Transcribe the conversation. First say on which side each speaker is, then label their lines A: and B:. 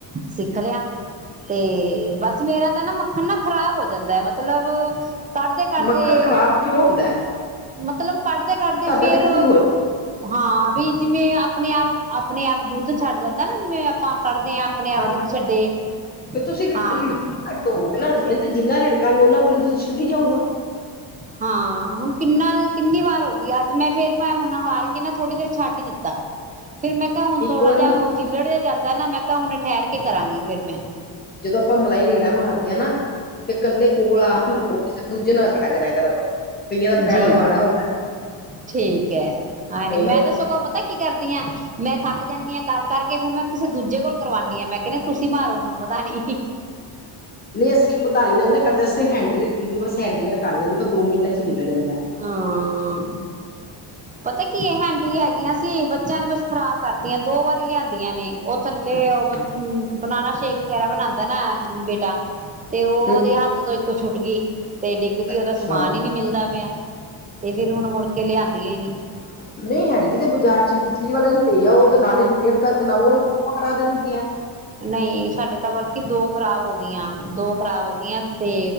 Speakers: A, on the right; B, on the left.
A: ਸਿੱਖ ਲਿਆ, ਤੇ ਬਸ ਮੇਰਾ ਤਾਂ ਨਾ ਮੱਖਣ ਨਾ ਖਰਾਬ ਹੋ ਜਾਂਦਾ ਐ, ਮਤਲਬ ਕਡਦੇ-ਕਡਦੇ
B: ਮੱਖਣ ਖ਼ਰਾਬ ਕਿਉਂ ਹੁੰਦਾ ਹੈ
A: ਮਤਲਬ ਕੱਡਦੇ-ਕੱਡਦੇ
B: ਸਾਡਾ
A: ਫੇਰ
B: ਤੇ ਕਦੇ ਹੋਇਆ
A: ਹਾਂ, ਵੀ ਜਿਮੇ ਆਪਣੇ ਆਪ, ਆਪਣੇ ਆਪ ਦੁੱਦ ਛੱਡ ਜਾਂਦਾ ਨਾ, ਜਿਵੇਂ ਆਪਾਂ ਕੱਢਦੇ ਆ ਅਪਣੇ ਆਪ
B: ਹਾਂਜੀ
A: ਦੁੱਦ ਛੱਡੇ,
B: ਫਿਰ ਤੁਸੀਂ
A: ਹਾਂ
B: <unintelligible> ਤੇ ਜਿੰਨਾ ਰਿੜਕਾਂਗੇ ਓਨਾ ਆਪਣੇ ਦੁੱਦ ਛੱਡੀ ਜਾਊਗਾ।
A: ਹਾਂ ਹੁਣ ਕਿੰਨਾ ਕਿੰਨੀ ਵਾਰ ਹੋ ਗਈ, ਅੱਜ ਮੈਂ ਫੇਰ ਮੈਂ ਹੁਣ ਹਾਰ ਕੇ ਕੇ ਨਾ ਥੋੜੀ ਦੇਰ ਛੱਡ ਈ ਦਿੱਤਾ, ਫੇਰ ਮੈਂ ਮੈਂ ਕਿਆ ਹੁਣ
B: ਇੱਕ
A: ਥੋੜਾ
B: ਵਾਰੀ
A: ਜਿਆ ਓ, ਜਿੱਲੜ ਜਾ ਜਾਂਦਾ ਨਾ, ਮੈਂ ਕਿਆ ਹੁਣ ਠੈਰ ਕੇ ਕਰਾਂਗੀ ਫੇਰ ਮੈਂ
B: ਜਦੋਂ ਆਪਾਂ ਮਲਾਈ ਰੇੜਾ ਮਾਰਦੇਆ ਨਾ ਤੇ ਕੱਲੇ ਕੋਲ ਆਪ ਈ ਰਵੋ ਕਿਸੇ ਦੂਜੇ ਨੂੰ ਨਾ ਖਡਾ ਕਰੇਆ ਕਰੋ ਕਈਆਂ ਦਾ ਪੈੜਾ
A: ਜੀ
B: ਮਾੜਾ ਹੁੰ
A: ਠੀਕ ਏ, <unintelligible>
B: ਕਈ ਵਾਰ
A: ਮੈਂ ਤੇ ਸਗੋਂ ਪਤਾ ਕੀ ਕਰਦੀ ਆ ਮੈਂ ਥੱਕ ਜਾਂਨੀ ਆ ਕਰ-ਕਰ ਕੇ ਫੇਰ ਮੈਂ ਕਿਸੇ ਦੂਜੇ ਕੋਲੋ ਕਰਵਾਨੀਆ ਆ, ਮੈਂ ਕੇਨੀ ਆ ਤੁਸੀਂ ਮਾਰੋ ਹੁਨ ਮਦਾਨੀ
B: ਨਈਂ ਅਸੀਂ ਮਦਾਨੀ ਨਾਲ ਨਾ ਕਰਦੇ ਅਸੀਂ ਤਾਂ ਹੈਂਡੀ ਰੱਖੀ ਦੀ ਬਸ ਹੈਂਡੀ ਕਰ ਲੈਨੇ, ਬਸ ਦੋ ਮਿੰਟਾਂ ਚ ਈ ਨਿਕਲ ਜਾਂਦਾ
A: ਹਾਂ ਪਤਾ ਕੀ ਏ ਹੈਂਡੀ ਹੈਗੀਆਂ ਸੀ ਬੱਚੇਆਂ ਨੇ ਬਸ ਖਰਾਬ ਕਰਤੀਆਂ, ਦੋ ਵਾਰੀ ਲਿਆਂਦੀਆਂ ਨੇ ਐ ਥੱਲੇ
B: ਅੱਛਾ
A: ਓ ਬਨਾਨਾ ਸ਼ੇਕ ਵਗੈਰਾ ਬਣਾਦਾ ਨਾ ਬੇਟਾ ਤੇ ਓ
B: ਹੂੰ,
A: ਓਦੇ ਹੱਥ ਤੋਂ ਇੱਕ ਛੁੱਟ ਗਈ ਤੇ ਡਿੱਗ ਗਈ, ਓਦਾ
B: ਅੱਛਾ
A: ਸਮਾਨ ਈ ਨੀ ਮਿਲਦਾ ਪਿਆ ਤੇ ਫੇਰ ਹੁਣ ਮੁੜਕੇ ਲਿਆਂਦੀਆਂ ਈ ਨੀ
B: ਹਾਂ ਨਹੀਂ ਹੈਂਕੀ ਤੇ ਬਾਜ਼ਾਰ ਚ ਬਿਜਲੀ ਵਾਲੇ ਨੂੰ ਦੇ ਆਊ ਤਾਂ ਨਾਲ ਹੀ ਰਿਪੇਅਰ ਕਰਕੇ ਨਾਲ ਨਾਲ ਪਕੜਾ ਦਿੰਦੇ ਆ
A: ਨਹੀਂ ਸਾਡੇ ਤਾਂ ਬਲਕਿ ਦੋ ਖ਼ਰਾਬ ਹੋ ਗਈਆਂ ਦੋ ਖ਼ਰਾਬ ਹੋ ਗਈਆਂ ਤੇ